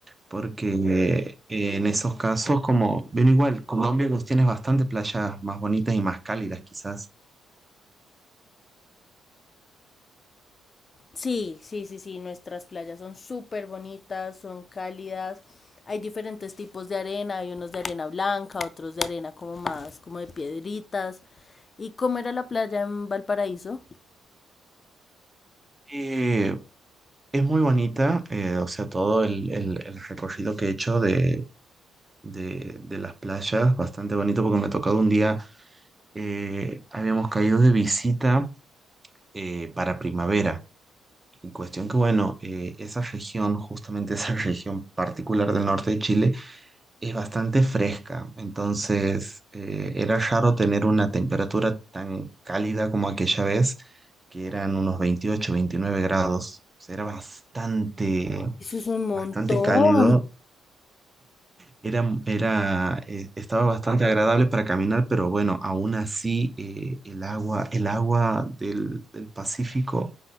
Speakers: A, on the right (about 20°); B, on the left (about 35°).
A: porque eh, en esos casos, como, ven igual, Colombia pues, tienes bastantes playas más bonitas y más cálidas quizás.
B: Sí, sí, sí, sí, nuestras playas son súper bonitas, son cálidas. Hay diferentes tipos de arena, hay unos de arena blanca, otros de arena como más, como de piedritas. ¿Y cómo era la playa en Valparaíso?
A: Eh, es muy bonita, eh, o sea, todo el, el- el recorrido que he hecho de, de- de las playas, bastante bonito porque me ha tocado un día, eh, habíamos caído de visita eh, para primavera. En cuestión que, bueno, eh, esa región, justamente esa <laughs> región particular del norte de Chile, es bastante fresca, entonces eh, era raro tener una temperatura tan cálida como aquella vez, que eran unos 28, 29 grados. O sea, era bastante,
B: Eso es un montón.
A: bastante cálido, era, era, eh, estaba bastante agradable para caminar, pero bueno, aún así eh, el agua, el agua del, del Pacífico,